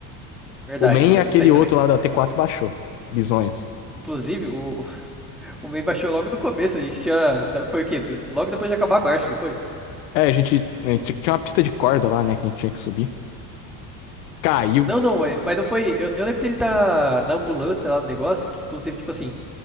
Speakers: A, in the centre; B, on the left.
A: Verdade,
B: O Men
A: eu lembro
B: e aquele
A: disso aí também.
B: outro lá da t quatro baixou. Bisonhos.
A: Inclusive, o, <laughs> o Mem baixou logo no começo, a gente tinha. tá- Foi o quê? Logo depois de acabar a marcha, não foi?
B: É, a gente, a gente tinha uma pista de corda lá, né, que a gente tinha que subir. Caiu.
A: Não, não, mas mas não foi. Eu, eu lembro dele da, da ambulância lá do negócio, que inclusive, tipo assim,